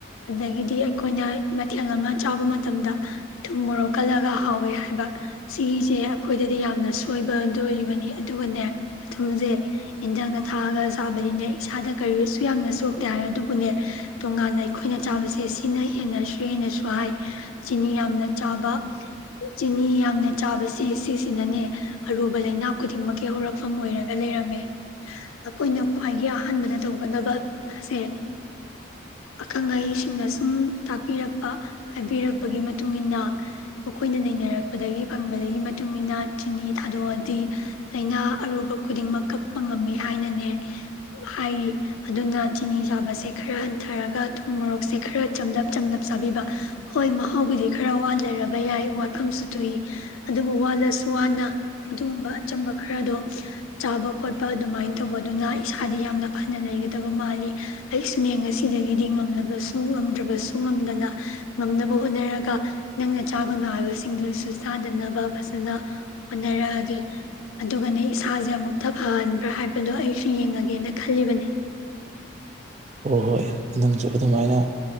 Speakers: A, on the left (about 85°); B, on the right (about 35°).
A: ꯑꯗꯒꯤꯗꯤ ꯑꯩꯈꯣꯏꯅ ꯃꯊꯦꯜ ꯑꯃ ꯆꯥꯕ ꯃꯇꯝꯗ ꯊꯨꯝ ꯃꯣꯔꯣꯛ ꯀꯜꯂꯒ ꯍꯥꯎꯋꯦ ꯍꯥꯏꯕ ꯁꯤꯒꯤꯁꯦ ꯑꯩꯈꯣꯏꯗꯗꯤ ꯌꯥꯝꯅ ꯁꯣꯏꯕꯗꯣ ꯑꫭꯏꯔꯤꯕꯅꯤ ꯑꯗꯨꯒꯅꯦ ꯊꯨꯝꯁꯦ ꯏꯟꯖꯥꯡꯗ ꯊꯥꯛꯑꯒ ꯆꯥꯕꯅꯤꯅꯦ ꯏꯁꯥꯗ ꯀꯔꯤꯁꯨ ꯌꯥꯝꯅ ꯁꯣꯛꯇꯦ ꯍꯥꯏꯌꯦ ꯑꯗꯨꯕꯨꯅꯦ ꯇꯣꯉꯥꯟꯅ ꯑꯩꯈꯣꯏꯅ ꯆꯥꯕꯁꯦ ꯁꯤꯅ ꯍꯦꯟꯅꯁꯨ ꯍꯦꯟꯅꯁꯨ ꯍꯥꯏ ꯆꯤꯅꯤ ꯌꯥꯝꯅ ꯆꯥꯕ ꯆꯤꯅꯤ ꯌꯥꯝꯅ ꯆꯥꯕꯁꯦ ꯁꯤꯁꯤꯅꯅꯦ ꯑꯔꯨꯕ ꯂꯩꯅꯥ ꯈꯨꯗꯤꯡꯃꯛꯀꯤ ꯍꯧꯔꯛꯐꯝ ꯑꯣꯏꯔꯒ ꯂꯩꯔꯝꯃꯦ ꯑꯩꯈꯣꯏꯅ ꯈ꯭ꯋꯥꯏꯒꯤ ꯑꯍꯥꯟꯕꯗ ꯇꯧꯒꯗꯕ ꯑꯁꯦ ꯑꯈꯪ ꯑꯍꯩꯁꯤꯡꯅ ꯁꯨꯝ ꯇꯥꯛꯄꯤꯔꯛꯄ ꯍꯥꯏꯕꯤꯔꯛꯄꯒꯤ ꯃꯇꯨꯡ ꯏꯟꯅ ꯃꯈꯣꯏꯅ ꯅꯩꯅꯔꯛꯄꯗꯒꯤ ꯐꯪꯕꯗꯒꯤ ꯃꯇꯨꯡ ꯏꯟꯅ ꯆꯤꯅꯤ ꯊꯥꯗꯣꯛꯑꯗꯤ ꯂꯥꯏꯅꯥ ꯑꯔꯨꯕ ꯈꯨꯗꯤꯡꯃꯛ ꯀꯛꯄ ꯉꯝꯃꯤ ꯍꯥꯏꯅꯅꯦ ꯍꯥꯏꯔꯤ ꯑꯗꯨꯅ ꯆꯤꯅꯤ ꯆꯥꯕꯁꯦ ꯈꯔ ꯍꯟꯊꯔꯒ ꯊꯨꯝ ꯃꯣꯔꯣꯛꯁꯦ ꯈꯔ ꯆꯝꯂꯞ ꯆꯝꯂꯞ ꯆꯥꯕꯤꯕ ꯍꯣꯏ ꯃꯍꯥꯎꯕꯨꯗꯤ ꯈꯔ ꯋꯥ ꯂꯩꯔꯕ ꯌꯥꯏ ꯋꯥꯐꯝꯁꯨ ꯊꯣꯛꯏ ꯑꯗꯨꯕꯨ ꯋꯥꯜꯂꯁꯨ ꯋꯥꯅ ꯑꯗꯨꯒꯨꯝꯕ ꯑꯆꯝꯕ ꯈꯔꯗꯣ ꯆꯥꯕ ꯈꯣꯠꯄ ꯑꯗꯨꯃꯥꯏꯅ ꯇꯧꯕꯗꯨꯅ ꯏꯁꯥꯗꯤ ꯌꯥꯝꯅ ꯐꯥꯠ ꯅ ꯂꯩꯒꯗꯕ ꯃꯥꯜꯂꯤ ꯑꯩꯁꯨꯅꯦ ꯉꯁꯤꯗꯒꯤꯗꯤ ꯉꯝꯂꯕꯁꯨ ꯉꯝꯗ꯭ꯔꯕꯁꯨ ꯉꯝꯗꯅ ꯉꯝꯅꯕ ꯍꯣꯠꯅꯔꯒ ꯅꯪꯅ ꯆꯥꯒꯅꯣ ꯍꯥꯏꯕꯁꯤꯡꯗꯨꯁꯨ ꯁꯥꯗꯅꯕ ꯐꯖꯅ ꯍꯣꯠꯅꯔꯛꯑꯒ ꯑꯗꯨꯒꯅꯦ ꯏꯁꯥꯁꯦ ꯑꯃꯨꯛꯇ ꯐꯍꯟꯕ꯭ꯔꯥ ꯍꯥꯏꯕꯗꯣ ꯑꯩꯁꯨ ꯌꯦꯡꯂꯡꯉꯒꯦꯅ ꯈꯜꯂꯤꯕꯅꯤ
B: ꯍꯣꯏ ꯍꯣꯏ ꯅꯪꯁꯨ ꯑꯗꯨꯃꯥꯏꯅ